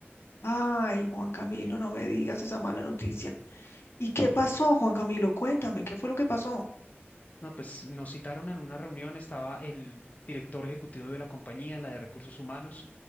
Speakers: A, on the left; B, on the left.
A: Ay, Juan Camilo, no me digas esa mala noticia. ¿Y qué pasó, Juan Camilo? Cuéntame, ¿qué fue lo que pasó?
B: No, pues nos citaron en una reunión, estaba el director ejecutivo de la compañía, la de recursos humanos,